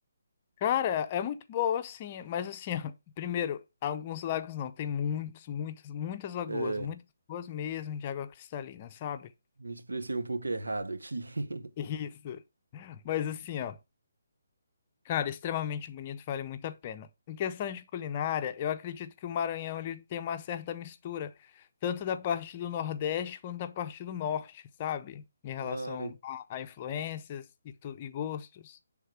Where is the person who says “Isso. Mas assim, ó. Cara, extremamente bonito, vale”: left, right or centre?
Left